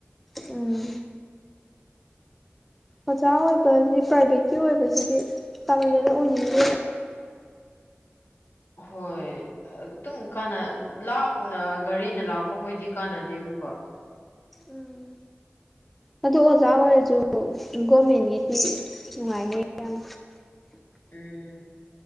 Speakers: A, in the centre; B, on the left (about 65°).
A: ꯎꯝ ꯑꯣꯖꯥ ꯑꯣꯏꯕꯕꯁꯤꯗꯤ ꯄ꯭ꯔꯥꯏꯚꯦꯠꯀꯤ ꯑꯣꯏꯕꯁꯤꯗꯤ ꯇꯥꯡꯂꯦꯅ ꯑꯣꯏꯅꯤꯡꯗꯦ
B: <unintelligible> ꯍꯣꯏ ꯑꯗꯨꯝ ꯀ ꯂꯥꯞꯅ ꯒꯥꯔꯤꯅ ꯂꯥꯛꯄꯈꯣꯏꯗꯤ ꯀꯥꯟꯅꯗꯦ ꯑꯃꯨꯛꯀꯣ <unintelligible>
A: ꯎꯝ ꯑꯗꯣ ꯑꯣꯖꯥ ꯑꯣꯏꯔꯁꯨ ꯒꯣꯔꯃꯦꯟꯒꯤꯗꯤ ꯅꯨꯡꯉꯥꯏꯅꯤ ꯌꯥꯝ
B: ꯎꯝ